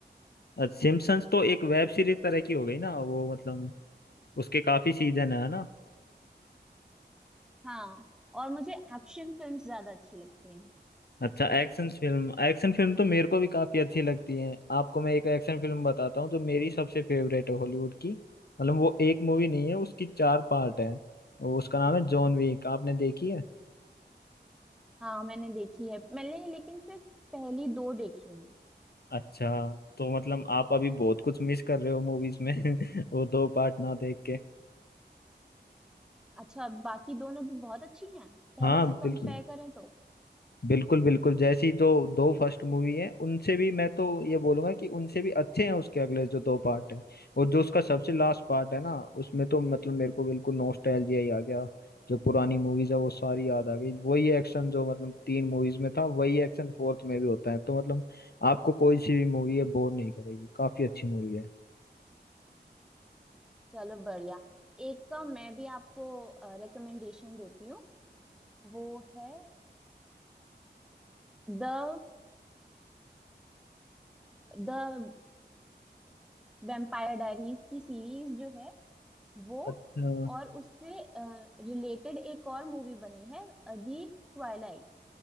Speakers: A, on the left; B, in the centre.
A: अच्छा, सिम्पसन्स तो एक वेब सीरीज तरह की हो गई ना वो मतलब उसके काफी सीजन है ना
B: हाँ और मुझे एक्शन फिल्म्स ज्यादा अच्छी लगती हैं
A: अच्छा एक्शन फिल्म एक्शन फिल्म तो मेरे को भी काफी अच्छी लगती है आपको मैं एक एक्शन फिल्म बताता हूँ जो मेरी सबसे फेवरेट है हॉलीवुड की मतलब वो एक मूवी नहीं है उसकी चार पार्ट है उसका नाम है जॉन विक आपने देखी है
B: हाँ मैंने देखी है मैंने लेकिन सिर्फ पहली दो देखी हैं
A: अच्छा तो मतलब आप अभी बहुत कुछ मिस कर रहे हो मूवीज में <laughs> वो दो पार्ट ना देख के
B: अच्छा बाकी दोनों भी बहुत अच्छी हैं पहले
A: हाँ
B: से कंपेयर
A: बिल्कुल
B: करें तो
A: बिल्कुल बिल्कुल जैसी जो दो फर्स्ट मूवी है उनसे भी मैं तो ये बोलूंगा कि उनसे भी अच्छे हैं उसके अगले जो दो पार्ट है और जो उसका सबसे लास्ट पार्ट है ना उसमें तो मतलब मेरे को बिल्कुल नॉस्टैल्जिया ही आ गया जो पुरानी मूवीज है वो सारी याद आ गई वही एक्शन जो मतलब तीन मूवीज में था वही एक्शन फोर्थ में भी होता है तो मतलब आपको कोई सी भी मूवी है बोर नहीं करेगी काफी अच्छी मूवी है
B: चलो बढ़िया एक का मैं भी आपको रिकमेंडेशन देती हूँ वो है द द वेम्पायर डायरीज की सीरीज जो है वो
A: अच्छा
B: और उससे रिलेटेड एक और मूवी बनी है दी ट्वाइलाइट